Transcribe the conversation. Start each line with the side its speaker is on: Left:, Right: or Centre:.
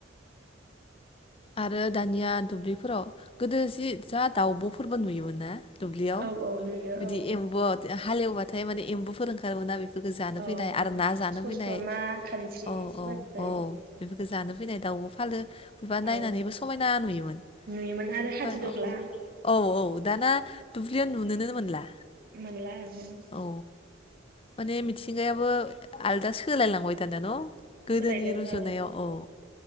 Left: आरो दानिया दुब्लिफोराव गोदो जि जा दाउब'फोरबो नुयोमोन ना? दुब्लियाव
Right: औ औ नुयो
Left: बिदि
Right: औ
Left: एम्बु हालेवबाथाय माने एम्बुफोर ओंखारोमोन <unintelligible> बेफोरखौ जानो
Right: औ
Left: फैनाय आरो ना जानो
Right: सस्रमा
Left: फैनाय
Right: खानस्रि
Left: औ
Right: बेबादि
Left: औ
Right: जायोमोन
Left: औ बेफोरखौ जानो फैनाय, दाउबो फालो बा
Right: औ
Left: नायनानैबो समायना नुयोमोन
Right: नुयोमोन आरो हादिदग्ला
Left: फोर औ औ दाना दुब्लियाव नुनो नो मोनला
Right: मोनला ओंहो
Left: औ माने मिथिंगायाबो आलदासो सोलायलांबाय थादों न' गोदोनि
Right: सोलायदों
Left: रुजुनायाव
Right: औ
Left: अ